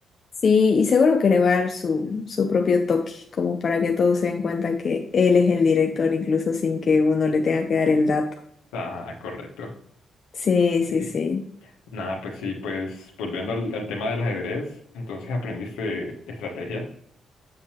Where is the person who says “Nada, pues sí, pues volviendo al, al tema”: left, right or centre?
Left